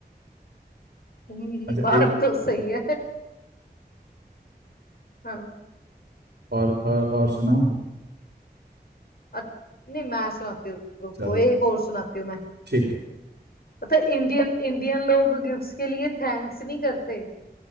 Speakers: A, on the left; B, on the right.
A: <laughs>
B: अच्छा
A: बात
B: एक
A: तो सही है हाँ
B: और और और सुनाओ
A: अ- नहीं मैं सुनाती हूँ रुको
B: चलो
A: एक और सुनाती हूँ मैं
B: ठीक है
A: पता है इंडियन इंडियन लोग गिफ्ट्स के लिए थैंक्स नहीं करते